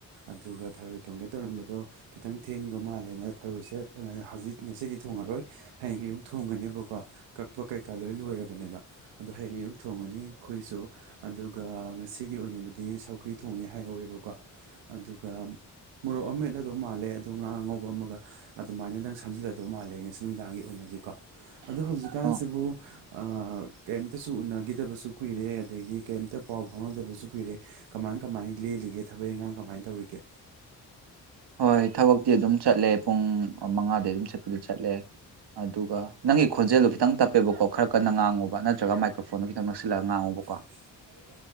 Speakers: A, on the right (about 80°); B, on the right (about 60°).
A: ꯑꯗꯨꯒ ꯊꯔꯣꯏ ꯊꯣꯡꯒꯦ ꯇꯧꯔꯝꯕꯗꯣ ꯈꯤꯇꯪ ꯊꯦꯡꯗꯧ ꯃꯥꯜꯂꯦꯅ ꯊꯔꯣꯏꯁꯦ ꯍꯧꯖꯤꯛ ꯉꯁꯤꯗꯤ ꯊꯣꯡꯉꯔꯣꯏ ꯍꯌꯦꯡ ꯏꯌꯨꯛ ꯊꯣꯡꯒꯅꯦꯕꯀꯣ ꯀꯛꯄ ꯀꯩꯀꯥ ꯂꯣꯏ ꯂꯣꯏꯔꯕꯅꯦꯕ ꯑꯗꯣ ꯍꯌꯦꯡ ꯑꯌꯨꯛ ꯊꯣꯡꯉꯅꯤ ꯑꯩꯈꯣꯏꯁꯨ ꯑꯗꯨꯒ ꯉꯁꯤꯒꯤ ꯑꯣꯏꯅꯕꯨꯗꯤ ꯁꯧꯒ꯭ꯔꯤ ꯊꯣꯡꯉꯦ ꯍꯥꯏꯍꯧꯋꯦꯕꯀꯣ ꯑꯗꯨꯒ ꯃꯣꯔꯣꯛ ꯑꯃ ꯃꯠꯂꯗꯧ ꯃꯥꯜꯂꯦ ꯑꯗꯣ ꯉꯥ ꯑꯉꯧꯕ ꯑꯃꯒ ꯑꯗꯨꯃꯥꯏꯅꯗꯪ ꯁꯝꯖꯤꯜꯂꯗꯧ ꯃꯥꯜꯂꯦ ꯉꯁꯤ ꯅꯨꯡꯗꯥꯡꯒꯤ ꯑꯣꯏ ꯅꯗꯤ ꯀꯣ ꯑꯗꯣ ꯍꯧꯖꯤꯛꯀꯥꯟꯁꯤꯕꯨ
B: ꯑꯣ
A: ꯑꯥ ꯀꯩꯝꯇꯁꯨ ꯎꯅꯈꯤꯗꯕꯁꯨ ꯀꯨꯏꯔꯦ ꯑꯗꯒꯤ ꯀꯩꯝꯇ ꯄꯥꯎ ꯐꯥꯎꯅꯗꯕꯁꯨ ꯀꯨꯏꯔꯦ ꯀꯃꯥꯏ ꯀꯃꯥꯏ ꯂꯦꯜꯂꯤꯒꯦ ꯊꯕꯛ ꯏꯟꯈꯥꯡ ꯀꯃꯥꯏꯅ ꯇꯧꯔꯤꯒꯦ
B: ꯍꯣꯏ ꯊꯕꯛꯇꯤ ꯑꯗꯨꯝ ꯆꯠꯂꯦ ꯄꯨꯡ ꯃꯉꯥꯗ ꯑꯗꯨꯝ ꯆꯠꯄꯗꯤ ꯆꯠꯂꯦ ꯑꯗꯨꯒ ꯅꯪꯒꯤ ꯈꯣꯟꯖꯦꯜꯗꯣ ꯈꯤꯇꯪ ꯇꯞꯄꯦꯕꯀꯣ ꯑꯗꯨꯒꯥ ꯅꯪꯒꯤ ꯈꫭꯟꯖ°ꯗꫭ ꯈꯤꯇꯪ ꯇꯞꯄꯦ ꯄꯥꯀꫭ ꯈꯔ ꯀꯟꯅ ꯉꯥꯡꯉꯨꯕ ꯅꯠꯇ꯭ꯔꯒ ꯃꯥꯏꯀ꯭ꯔꯣꯐꯣꯟꯗꯣ ꯈꯤꯇꯪ ꯅꯛꯁꯤꯜꯂꯒ ꯉꯥꯡꯉꯨꯕꯀꯣ
A: <inaudible>